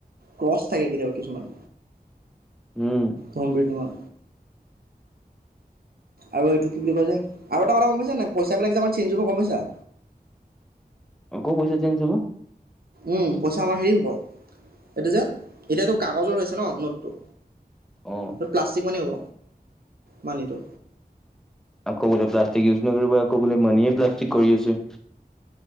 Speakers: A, on the right; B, in the centre.
A: ক্ৰচ থাকে কেতিয়াবা কিছুমান
B: উম
A: হোম ব্ৰিডিংৰ আৰু এইটো কি বুলি কয় যে আৰু এটা কমাই নাই পইচাবিলাক যে আমাৰ চেন্জ হ'ব গম পাইছা
B: আকৌ পইচা চেন্জ হব
A: উম পইচা আমাৰ হেৰি হ'ব এইটো যে এতিয়াতো কাগজৰ হৈছে ন নোটটো
B: অ
A: টো প্লাষ্টিক মানি হ'ব মানীটো
B: আকৌ বোলে প্লাষ্টিক ইউজ নকৰিবা আকৌ বোলে মানীয়ে প্লাষ্টিক কৰি আছে